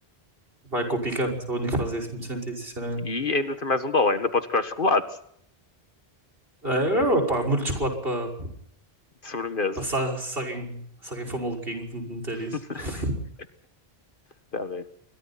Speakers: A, on the right; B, on the left.
A: vai com o picante. É o único que faz isso muito sentido, sinceramente.
B: E ainda tem mais um dólar, ainda podes comprar chocolate
A: É, opá, molho de chocolate para
B: de sobremesa.
A: passar se alguém, se alguém for maluquinho de meter
B: <laughs>
A: isso. <laughs>
B: Está bem.